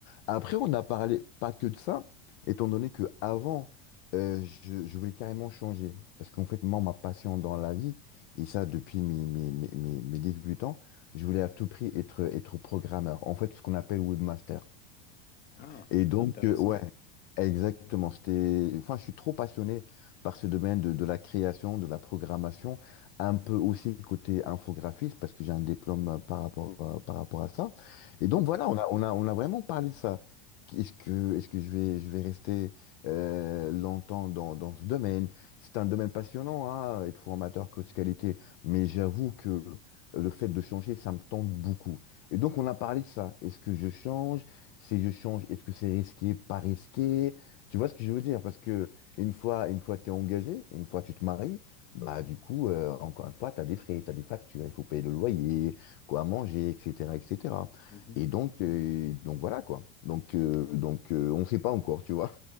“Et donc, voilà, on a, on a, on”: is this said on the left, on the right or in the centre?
Left